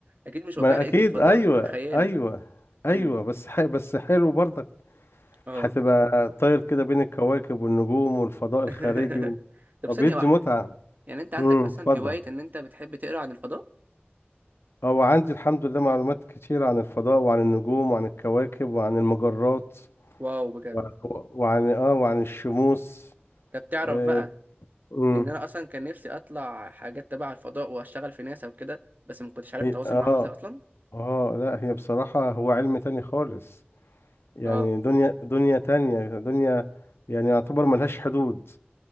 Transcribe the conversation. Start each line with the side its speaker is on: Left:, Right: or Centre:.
Right: اكيد مش
Left: ما
Right: واقعيه لان
Left: اكيد
Right: الفضاء
Left: ايوه
Right: خيالي
Left: ايوه ايوه
Right: امم
Left: بس ح... بس حلو برضك
Right: اه
Left: هتبقى طاير كده بين الكواكب والنجوم والفضاء الخارجي
Right: <laughs>
Left: و...
Right: طب
Left: وبيدي
Right: ثانيه واحده
Left: متعة
Right: يعني انت عندك
Left: امم
Right: اصلا
Left: اتفضل
Right: هوايه ان انت بتحب تقرا عن الفضاء
Left: هو عندي الحمد لله معلومات كتيرة عن الفضاء وعن النجوم وعن الكواكب وعن المجرات
Right: واو بجد
Left: و- و- وعن اه وعن الشموس
Right: طب تعرف
Left: اه
Right: بقى
Left: أمم.
Right: ان انا اصلا كان نفسي اطلع حاجات تبع الفضاء واشتغل في ناسا وكده بس ما كنتش عارف
Left: هي-
Right: اتواصل
Left: اه
Right: معاهم ازاي اصلا
Left: اه لا هي بصراحة هو علم تاني خالص يعني
Right: اه
Left: دنيا دنيا تانية دنيا يعني يعتبر ملهاش حدود